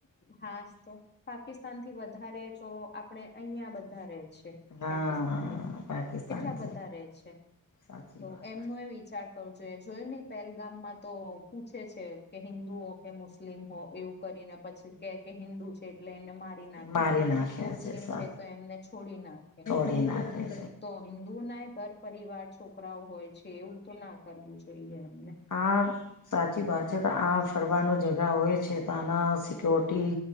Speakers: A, on the left; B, on the left.
A: હાસ તો પાકિસ્તાન થી વધારે તો આપડે અહીંયા બધા રહે છે.
B: હા
A: પાકિસ્તાની
B: પાકિસ્તાન
A: કેટલા
B: છે
A: બધા રે છે
B: સાચી
A: તો
B: વાત
A: એમનું એવી વિચાર કરવું જોઈએ જોયું નહી પહેલગામમાં તો પુંછે છે કે હિન્દુ હો કે મુસ્લિમ હો એવું કરીને પછી કે હિન્દુ છે એટલે એને મારી નાખે
B: મારી નાખ્યા
A: મુસ્લિમ
B: સાચ
A: છે તો એમને છોડી નાખે.
B: દિલે પર અભી
A: તો હિન્દુ ના ઘર પરિવાર છોકરાઓ હોય છે એવું તો ના કરવું જોઈએ એમને.
B: આ સાચી વાત છે તો આ ફરવાનું જગા હોય છે તો આના સિક્યોરિટી